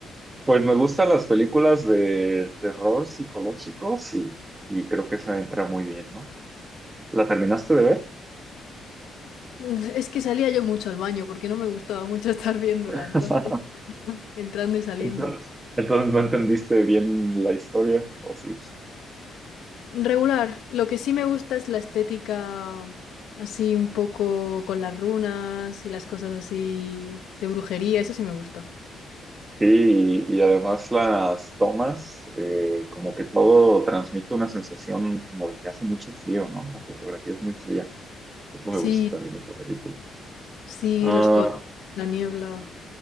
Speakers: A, on the right; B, on the left.
A: pues me gustan las películas de terror psicológico, sí, y creo que esa entra muy bien, ¿no? ¿La terminaste de ver?
B: Mm, Es que salía yo mucho al baño porque no me gustaba mucho <laughs> estar viéndola,
A: <laughs>
B: entonces <laughs> entrando y saliendo.
A: Entonces, entonces no entendiste bien la historia, ¿o sí?
B: Regular, lo que sí me gusta es la estética así un poco con las runas y las cosas así de brujería, eso sí me gusta.
A: Sí, y, y además las tomas, eh, como que todo transmite una sensación como de que hace mucho frío, ¿no? La fotografía es muy fría. Eso me
B: Sí,
A: gusta también de esta película.
B: sí,
A: Ah,
B: los colores, la niebla.